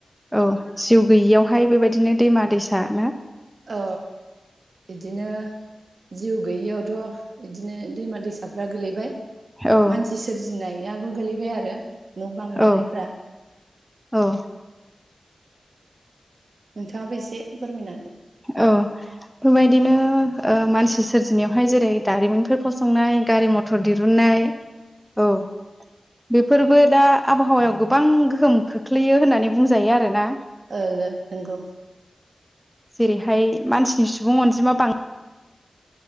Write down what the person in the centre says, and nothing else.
औ जिउ गैयियावहाय बेबायदिनो दैमा दैसा ना
औ
औ औ
औ बेफोरबायदिनो ओ मानसि सोरजिनायावहाय जेरै दारिमिनफोर फसंनाय गारि मथ थर दिरुननाय औ बेफोरबो दा आबहावायाव गोबां गोहोम खोख्लैयो होननानै बुंजायो आरोना
जेरैहाय मानसिनि सुबुं अनजिमा बां